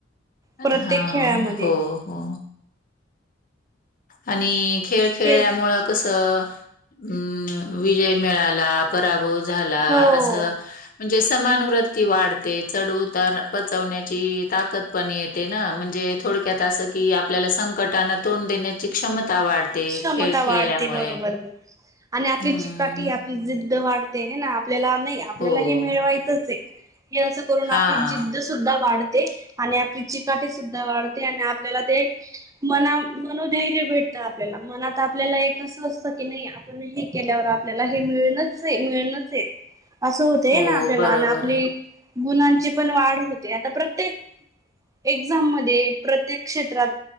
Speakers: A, on the right (about 15°); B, on the left (about 45°).
A: प्रत्येक
B: हा
A: खेळामध्ये
B: हो हो आणि खेळ खेळल्यामुळं
A: खे
B: कसं अं विजय मिळाला. पराभव झाला
A: हो.
B: असं म्हणजे समानवृत्ती वाढते चढ उतार पचवण्याची ताकद पण येते ना म्हणजे थोडक्यात असं की आपल्याला संकटांना तोंड देण्याची क्षमता वाढते
A: क्षमता
B: खेळ खेळल्यामुळे
A: वाढते बरोबर आणि आपली
B: हम्म
A: चिकाटी आपली जिद्द वाढते हे ना आपल्याला नाही आपल्याला
B: हो.
A: हे मिळवायचंच आहे. हे असं करून
B: हां.
A: आपली जिद्द सुद्धा वाढते आणि आपली चिकाटी सुद्धा वाढते आणि आपल्याला ते मना मनोधैर्य भेटतं आपल्याला मनात आपल्याला एक असं असतं की नाही आपण हे केल्यावर आपल्याला हे मिळणच आहे मिळणच आहे असं होतय
B: हो,
A: हे ना आपल्याला
B: बरोबर
A: आणि आपली
B: आहे.
A: गुणांची पण वाढ होते आता प्रत्ये एक्झाम मध्ये प्रत्येक क्षेत्रात